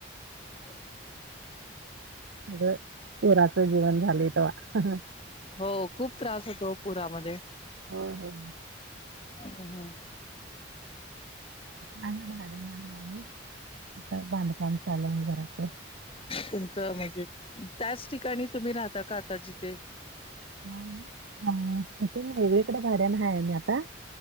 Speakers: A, on the left; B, on the right.
A: ह <unintelligible>
B: सगळं पुराच जीवन झाले तव्हा
A: हो खूप त्रास होतो. पुरामध्ये
B: होय होय.
A: हम्म हम्म.
B: आणि भाड्यान नाही आली. आता बांधकाम चालू आहे जरासं.
A: तुमचं म्हणजे त्याच ठिकाणी तुम्ही राहता का आता जिथे
B: ह हा इथून वेगळीकडे भाड्यान आहे आम्ही आता